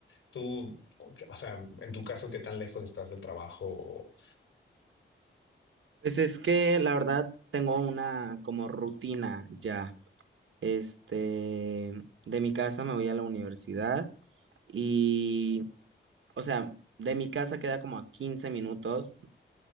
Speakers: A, on the left; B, on the right.
A: Tú, o sea, en tu caso, ¿qué tan lejos estás del trabajo?
B: Pues es que la verdad tengo una como rutina ya. Este, de mi casa me voy a la universidad y, o sea, de mi casa queda como a 15 minutos